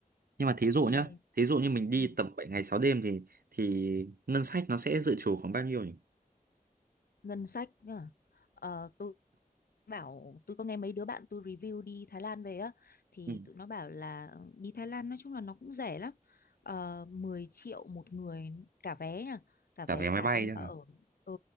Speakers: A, on the right; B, on the left.
A: Nhưng
B: Ok.
A: mà thí dụ nhá, thí dụ như mình
B: Ừ.
A: đi tầm 7 ngày 6 đêm thì thì ngân sách nó sẽ dự trù khoảng bao nhiêu nhỉ?
B: Ngân sách nhá. Ờ, tôi bảo tôi có nghe mấy đứa bạn tôi review đi Thái Lan về á thì
A: Ừ.
B: tụi nó bảo là ừ, đi Thái Lan nói chung là nó cũng rẻ lắm. Ờ, 10 triệu một người cả vé nha, cả
A: Cả
B: vé
A: vé máy
B: cả
A: bay
B: ăn
A: chứ
B: cả ở.
A: hả?
B: Ừ